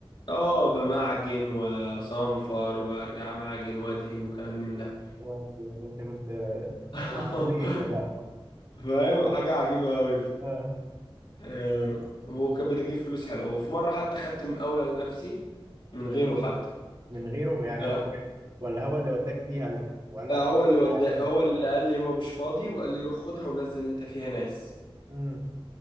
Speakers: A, on the left; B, on the right.
A: اه بمعجن وصنفر
B: آه.
A: وارجع معجن وادهن وكلام من ده
B: ودي يعني انت كنت
A: <laughs>
B: بتلعب حبيشه بقى
A: فاهم حاجة عجيبة أوي
B: اه
A: آه، هو كان بيجيب فلوس حلوة وفي مرة حتى خدت مقاولة لنفسي من غيره
B: اه
A: حتى
B: من غيره يعني
A: آه،
B: هو كان- ولا هو اللي وداك فيها ال- وقال
A: آه،
B: لك
A: هو اللي ودا
B: اتعامل
A: هو اللي قال لي هو مش فاضي وقال لي روح خدها ونزل انت فيها ناس
B: امم